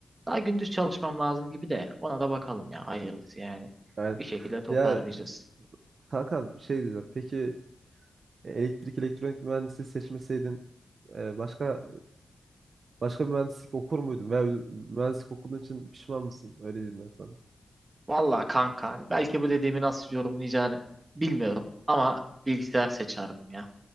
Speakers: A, on the right; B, on the right.
A: Daha gündüz çalışmam lazım gibi de ona da bakalım ya hayırlısı yani.
B: Yani
A: Bir şekilde toparlayacağız.
B: ya kankam şey diyeceğim. Peki elektrik elektronik mühendisliği seçmeseydin e, başka başka bir mühendislik okur muydun? Veya mühendislik okuduğun için pişman mısın? Öyle diyeyim ben sana.
A: Vallahi kanka hani belki bu dediğimi nasıl yorumlayacağını bilmiyorum ama bilgisayar seçerdim ya